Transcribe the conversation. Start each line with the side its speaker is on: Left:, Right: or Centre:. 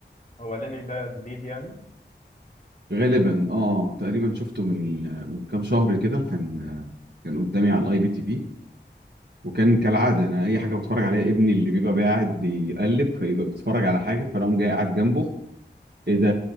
Left: هو ليني ده جديد يعني
Right: غالبا اه تقريبا شفته من من كام شهر كده كان كان قدامي على الاي بي تي في وكان كالعاده انا اي حاجه بتفرج عليها ابني اللي بيبقى قاعد بيقلب فيبقى بيتفرج على حاجه فانا اقوم جاي قاعد جنبه ايه ده